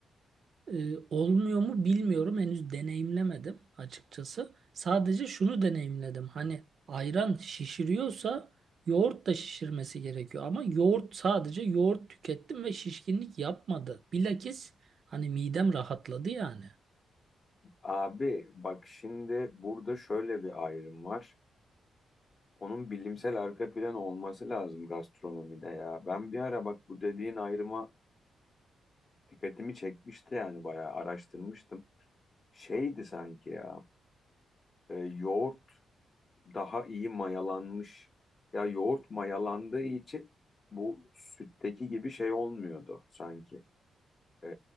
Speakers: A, on the right; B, on the left.
A: E, olmuyor mu bilmiyorum. Henüz deneyimlemedim açıkçası. Sadece şunu deneyimledim. Hani ayran şişiriyorsa yoğurt da şişirmesi gerekiyor. Ama yoğurt sadece yoğurt tükettim ve şişkinlik yapmadı. Bilakis hani midem rahatladı yani.
B: Abi bak şimdi burada şöyle bir ayrım var. Onun bilimsel arka planı olması lazım gastronomide ya. Ben bir ara bak bu dediğin ayrıma dikkatimi çekmişti yani bayağı araştırmıştım. Şeydi sanki ya e, yoğurt daha iyi mayalanmış. Ya yoğurt mayalandığı için bu sütteki gibi şey olmuyordu sanki. Ee,